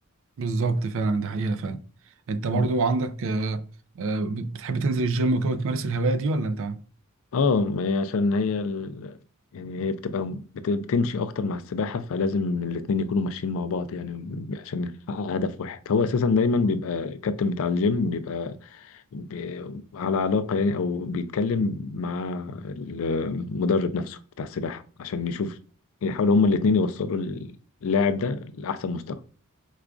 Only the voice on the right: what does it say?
بالظبط فعلا دي حقيقه فعلا انت برضو
عندك آه، آه، بتحب تنزل الجيم وكده وتمارس الهوايه دي ولا انت